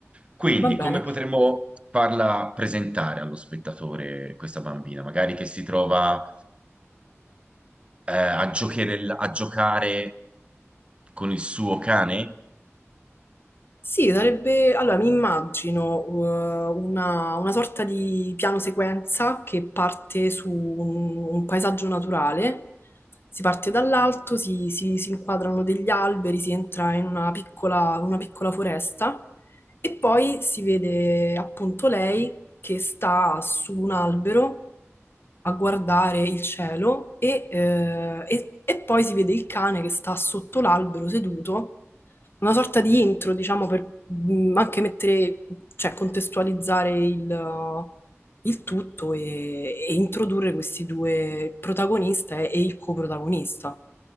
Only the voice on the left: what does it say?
va bene.
Sì, sarebbe... Allora, mi immagino eh, una, una sorta di piano sequenza che parte su un, un paesaggio naturale Si parte dall'alto, si, si- si inquadrano degli alberi, si entra in una piccola, una piccola foresta e poi si vede appunto lei che sta su un albero a guardare il cielo e, eh, e- e poi si vede il cane che sta sotto l'albero seduto, una sorta di intro, diciamo, per mh, anche mettere, cioè contestualizzare il, il tutto e, e introdurre questi due protagonista e, e il coprotagonista.